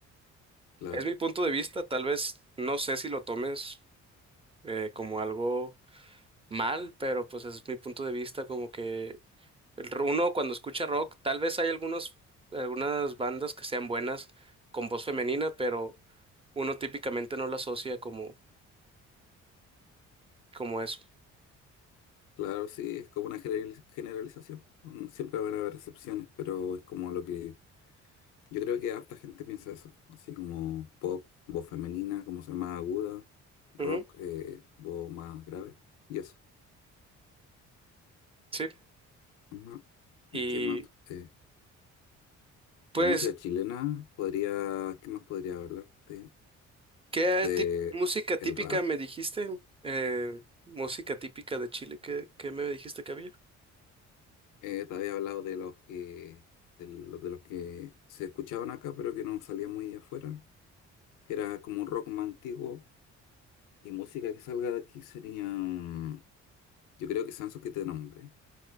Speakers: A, on the left (about 90°); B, on the right (about 20°).
A: Claro,
B: Es mi punto de vista, tal vez no sé si lo tomes eh, como algo mal, pero pues es mi punto de vista, como que el r- uno cuando escucha rock, tal vez hay algunos, algunas bandas que sean buenas con voz femenina, pero uno típicamente no lo asocia como, como eso.
A: claro, sí, es como una generaliz- generalización. Mm, Siempre van a haber excepciones, pero es como lo que Yo creo que harta gente piensa eso, así como pop, voz femenina, como se llama aguda, rock,
B: Ujú,
A: eh, voz más grave, y eso.
B: sí.
A: Ujú. ¿Y
B: Y
A: qué más? Eh,
B: pues,
A: de música chilena, podría, ¿qué más podría hablarte?
B: ¿qué
A: De
B: tip- música típica
A: el rap.
B: me dijiste? Eh, música típica de Chile, ¿qué, qué me dijiste que había?
A: Eh, te había hablado de los que, de los, de los que se escuchaban acá, pero que no salían muy afuera, que era como un rock más antiguo, y música que salga de aquí sería, mm, yo creo que Sanso que te nombre.